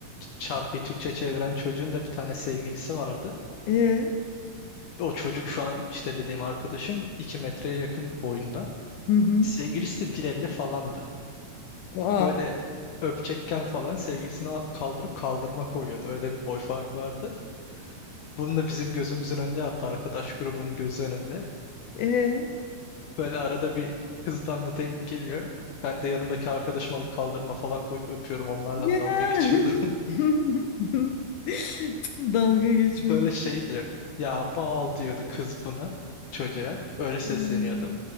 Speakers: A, on the left (about 70°); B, on the left (about 90°).
A: şarkıyı Türkçe çeviren çocuğun da bir tane sevgilisi vardı.
B: E,
A: O çocuk şu an işte dediğim arkadaşım 2 metreye yakın boyunda.
B: hı hı.
A: Sevgilisi de 1.50 falandı.
B: Aa,
A: Böyle öpecekken falan sevgilisini al- kaldırıp kaldırma koyuyordu. Öyle bir boy farkı vardı. Bunu da bizim gözümüzün önünde yaptı. Arkadaş grubunun gözü önünde.
B: e,
A: Böyle arada bir kızdan bu denk geliyor. Ben de yanımdaki arkadaşımı alıp kaldırma falan koyup öpüyorum. Onlarla
B: ya.
A: dalga geçiyordum.
B: <laughs> Dalga
A: <laughs>
B: geçmek
A: Böyle
B: için.
A: şey diyor. Ya bal diyordu kız buna çocuğa. Öyle sesleniyordu.
B: Hmm,